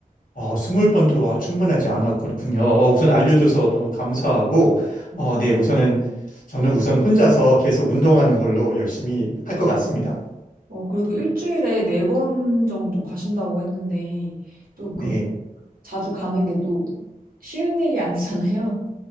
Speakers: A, on the left; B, on the right.
A: 아, 20번도 아, 충분하지 않았군요. 어, 우선 알려줘서 너무 감사하고,
B: 네.
A: 어, 네, 우선은, 저는 우선 혼자서 계속 운동하는 걸로 열심히 할 것 같습니다.
B: 어, 그래도 일주일에 네 번 정도 가신다고 했는데, 또
A: 네,
B: 그, 자주 가는 게 또 쉬운 일이 <laughs> 아니잖아요.